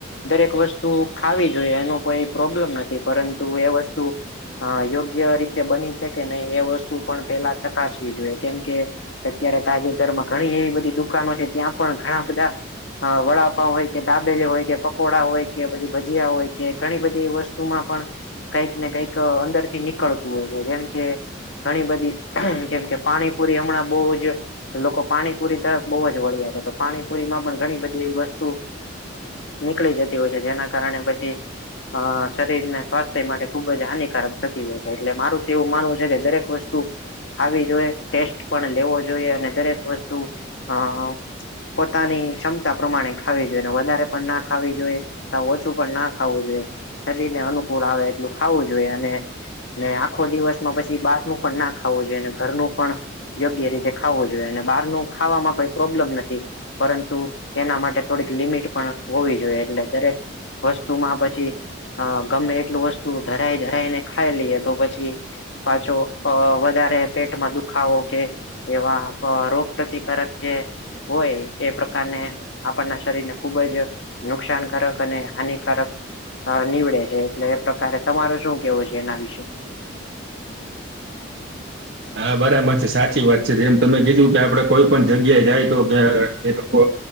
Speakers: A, on the left; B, on the right.
A: દરેક વસ્તુ ખાવી જોઈએ. એનો કોઈ પ્રોબ્લેમ નથી. પરંતુ એ વસ્તુ. હા, યોગ્ય રીતે બની શકે નહી. એ વસ્તુ પણ પેલા ચકાસવી જોઈએ કેમકે. અત્યારે તાજેતરમાં ઘણી એવી બધી દુકાનો છે. ત્યાં પણ ઘણા બધા. હા, વડાપાવ હોય કે, દાબેલી હોય કે, પકોડા હોય કે, પછી ભજીયા હોય કે, ઘણી બધી વસ્તુ. વસ્તુમાં પણ કઈક ને કઈક અંદરથી નીકળતું હોય છે. જેમ કે. ઘણી બધી જેમ કે પાણીપુરી હમણાં બઉુ જ. લોકો પાણીપુરી તરફ બહુ જ વળ્યા છે. તો પાણીપુરીમાં પણ ઘણી બધી એ વસ્તુ. નીકળી જતી હોય છે. જેના કારણે પછી. હા, શરીરના સ્વાસ્થ્ય માટે ખુબ જ હાનિકારક છે. એટલે મારું તો એવું માનવું છે, કે દરેક વસ્તુ. આવી જોઈએ, ટેસ્ટ પણ લેવો જોઈએ અને દરેક વસ્તુ હા હા. પોતાની ક્ષમતા પ્રમાણે ખાવી જોઈએ, વધારે પણ ના ખાવી જોઈએ. સા ઓછું પણ ના ખાવું જોઈએ. શરીરને અનુકૂળ આવે એટલું ખાવું જોઈએ, અને. ને આખો દિવસમાં પછી બહારનું પણ ના ખાવું જોઈએ, ઘરનું પણ. યોગ્ય રીતે ખાવું જોઈએ. અને બહાર ન ખાવામાં કોઈ પ્રોબ્લેમ નથી. પરંતુ એના માટે થોડીક લિમિટ પણ હોવી જોઈએ, એટલે દરેક. વસ્તુમાં પછી ગમે એટલું વસ્તુ ધરાય ધરાઈને. ખાઈ લઈએ તો પછી પાછો વધારે પેટમાં દુખાવો કે. એવા રોગ પ્રતિકારક જે. હોય એ પ્રકારને આપણના શરીરને ખુબ જ. નુકસાનકારક અને હાનિકારક નીવડે છે. એટલે એ પ્રકારે તમાર શું કેવું છે? જેના વિશે?
B: હા, બરાબર છે સાચી વાત છે, જેમ તમે કીધું કે આપડે કોઈ પણ જગ્યાએ જાય તો કે એ લોકો.